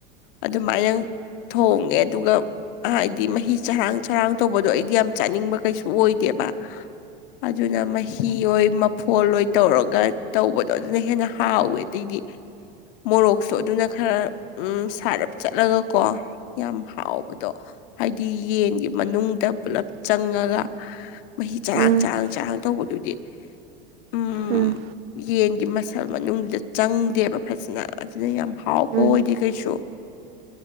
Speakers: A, on the left; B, on the right.
A: ꯑꯗꯨꯃꯥꯏꯅ ꯊꯣꯡꯉꯦ ꯑꯗꯨꯒ ꯍꯥꯏꯗꯤ ꯃꯍꯤ ꯆꯔꯥꯡ ꯆꯔꯥꯡ ꯇꯧꯕꯗꯣ ꯑꯩꯗꯤ ꯌꯥꯝ ꯆꯥꯅꯤꯡꯕ ꯀꯩꯁꯨ ꯑꯣꯏꯗꯦꯕ ꯑꯗꯨꯅ ꯃꯍꯤ ꯑꯣꯏ ꯃꯐꯣ ꯑꯣꯏ ꯇꯧꯔꯒ ꯇꯧꯕꯗꯣ ꯑꯗꯨꯅ ꯍꯦꯟꯅ ꯍꯥꯎꯋꯦ ꯑꯗꯇꯩꯗꯤ ꯃꯣꯔꯣꯛꯁꯨ ꯑꯗꯨꯅ ꯈꯔ ꯎꯝ ꯁꯥꯔꯞ ꯆꯠꯂꯒ ꯀꯣ ꯌꯥꯝ ꯍꯥꯎꯕ ꯃꯗꯣ ꯍꯥꯏꯗꯤ ꯌꯦꯟꯒꯤ ꯃꯅꯨꯡꯗ ꯄꯨꯂꯞ ꯆꯪꯉꯒ ꯃꯍꯤ ꯆꯔꯥꯡ
B: ꯎꯝ
A: ꯆꯔꯥꯡ ꯆꯔꯥꯡ ꯇꯧꯕꯗꯨꯗꯤ ꯎꯝ
B: ꯎꯝ
A: ꯌꯦꯟꯒꯤ ꯃꯁꯜ ꯃꯅꯨꯡꯗꯨꯗ ꯆꯪꯗꯦꯕ ꯐꯖꯅ ꯑꯗꯨꯅ ꯌꯥꯝ ꯍꯥꯎꯕ
B: ꯎꯝ ꯎꯝ
A: ꯑꯣꯏꯗꯦ ꯀꯩꯁꯨ